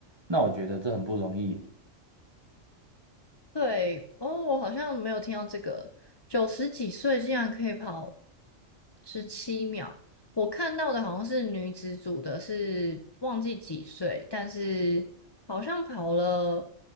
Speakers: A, on the right; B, on the left.
A: 那我觉得这很不容易。
B: 对，哦，我好像没有听到这个，九十几岁竟然可以跑十七秒。我看到的好像是女子组的是忘记几岁，但是好像跑了